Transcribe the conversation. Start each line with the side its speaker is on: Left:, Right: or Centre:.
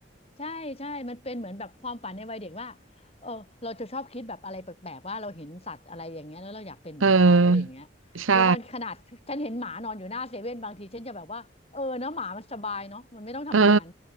Left: ใช่ใช่มันเป็นเหมือนแบบความฝันในวัยเด็กว่าเออเราจะชอบคิดแบบอะไรแปลกๆว่าเราเห็นสัตว์อะไรอย่างเงี้ยแล้วเราอยากเป็นเหมือนเขาอะไรอย่างเงี้ยแล้วบางขนาดฉันเห็นหมานอนอยู่หน้าเซเว่นบางทีฉันจะแบบว่าเออเนาะหมามันสบายเนาะมันไม่ต้องทำงาน
Right: เออใช่เออ